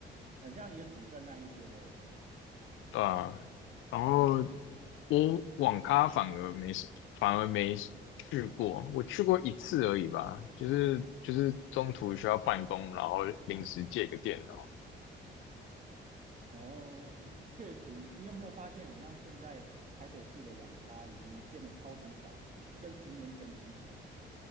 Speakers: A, on the right (about 40°); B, on the left (about 80°).
A: 很像也只剩那一间嘞。
B: 对啊，然后我网咖反而没事反而没去过，我去过一次而已吧，就是就是中途需要办公，然后临时借个电脑，
A: 哦，确实，你有没有发现，很像现在台北市的网咖已经变得超级少，跟十年前比起来。